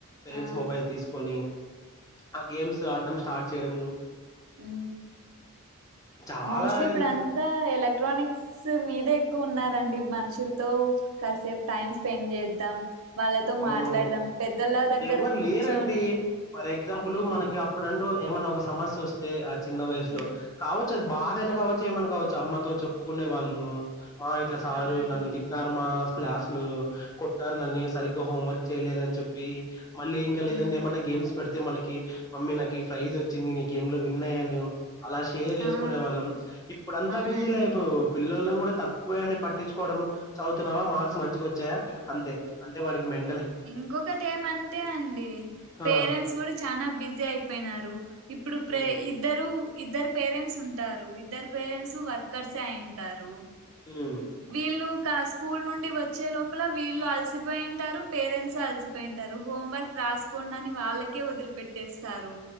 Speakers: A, on the left; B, on the right.
A: పేరెంట్స్
B: ఆ
A: మొబైల్ తీసుకొని ఆ గేమ్స్ ఆడ్డం స్టార్ట్ చేయడము
B: హు
A: చాలా
B: మోస్ట్లీ
A: రి
B: ఇప్పుడ అంతా ఎలక్ట్రానిక్స్ మీదే కు ఉన్నా రండి మనుషులతో కాసేపు టైం స్పెండ్ చేద్దాం వాళ్ళతో
A: అవునవును
B: మాట్లాడదాం పెద్దోళ్ళ
A: ఇప్పుడు
B: దగ్గర
A: ఎవరు
B: కూర్చొని
A: లేరండి ఫర్ ఎగ్జాంపుల్ మనకి అప్పుడంటూ ఏమన్నా ఒక సమస్య వస్తే చిన్న వయసులో
B: మ్మ్
A: కావచ్చు చ్చ అది బాధైన కావచ్చు ఏమన్నా కావచ్చు అమ్మతో చెప్పుకునే వాళ్ళము మా ఇట్లా సారు
B: అవునండి
A: నన్ను తిట్టినారు మా క్లాసులు కొట్టారు నన్నీ సరిగ్గా హోంవర్క్ చేయలేదని చెప్పి మళ్ళీ ఇంకా
B: మ్మ్
A: లేదంటే ఏమన్నా గేమ్స్ పెడితే మనకి మమ్మీ నాకు ఈ ప్రైజ్ వచ్చింది ఈ గేమ్ లో విన్ అయ్యాను అలా షేర్ చేసుకునే
B: ఆ
A: వాళ్ళం ఇప్పుడంతా
B: అవునండి
A: బిజీ లైఫ్ పిల్లోల తక్కువే అండి పట్టించుకోవడం చదువుతున్నావా మార్క్స్ మంచిగా వచ్చాయా అంతే అంటే మనకి మెం
B: ఇంకొకటి ఏమంటే అండి
A: ఆ
B: పేరెంట్స్ కూడా చానా బిజీ అయిపోయినారు ఇప్పుడు ప్రే
A: ఉమ్
B: ఇద్దరు ఇద్దరు పేరెంట్స్ ఉంటారు ఇద్దరు పేరెంట్స్ వర్కర్స్ ఏ అయింటారు
A: ఉమ్.
B: వీళ్ళు స్కూల్ నుండి వచ్చే లోపల వీళ్ళు అలసిపోయింటారు పేరెంట్స్ అల్సిపోయింటారు హోం వర్క్ రాసుకోండని వాళ్ళకే వదిలిపెట్ తెస్తారు